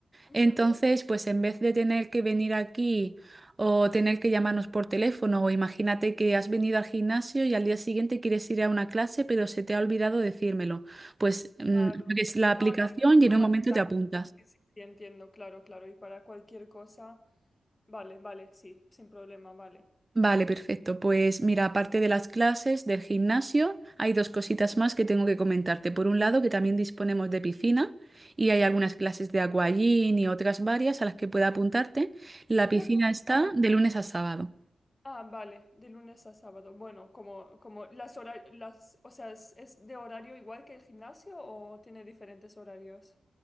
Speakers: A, on the left; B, on the right.
A: Ujú.
B: Entonces, pues en vez de tener que venir aquí o tener que llamarnos por teléfono o imagínate que has venido al gimnasio y al día siguiente quieres ir a una clase pero se te ha olvidado decírmelo, pues mm,
A: Claro.
B: abres la aplicación
A: No, no, mucho
B: y en
A: más
B: un momento
A: táctico.
B: te apuntas.
A: Sí, sí, sí, entiendo, claro, claro. Y para cualquier cosa, vale, vale, sí, sin problema, vale.
B: Vale, perfecto. Pues mira, aparte de las clases del gimnasio, hay dos cositas más que tengo que comentarte. Por un lado, que también disponemos de piscina y hay algunas clases de aquagym y otras varias a las que pueda apuntarte. La piscina
A: Una pregunta.
B: está de lunes a sábado.
A: Ah, vale, de lunes a sábado. Bueno, como, como las horas, las, o sea, ¿es, es de horario igual que el gimnasio o tiene diferentes horarios?